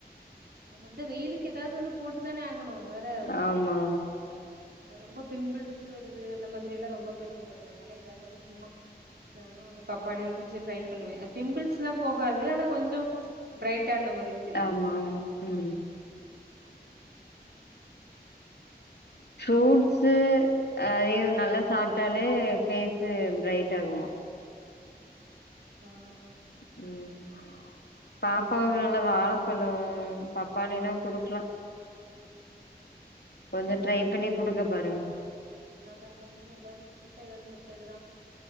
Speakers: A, on the right (about 70°); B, on the left (about 80°).
A: ஆமா இந்த வெயிலுக்கு ஏதாது ஒண்ணு போட்டு தானே ஆகணு வேற
B: ஆமா ஆமா
A: ரொம்ப பிம்புள்ஸ் வருது அந்த மாதிரி எல்லா ரொம்ப பிரச்சன வருது அதனால ஏதாது ஒன்னு சும்மா அ நானு இந்த பப்பாளிய கொஞ்சோ ட்ரை பண்ணுவே பிம்பிள்ஸ்ல்லா போகாது ஆனா கொஞ்சோ பிரைட்டா இருந்தா மாதிரி தெரியு
B: ஆமா ஆமா ம் ஃப்ரூட்ஸு அ எ நல்லா சாப்டாலே ஃபேஸ்ஸு பிரைட் ஆகுமா
A: ம்
B: ம் பாப்பாவு நல்லா வாழப்பழோ பப்பாளில்லா குடுக்கலா கொஞ்ச
A: ஆமா
B: ட்ரை
A: நானு
B: பண்ணி
A: எவ்வளவோ
B: குடுக்க பாருங்க
A: அதா அதா இனிமே ஏதாது புதுசா ஏதாது மெத்தேடுதா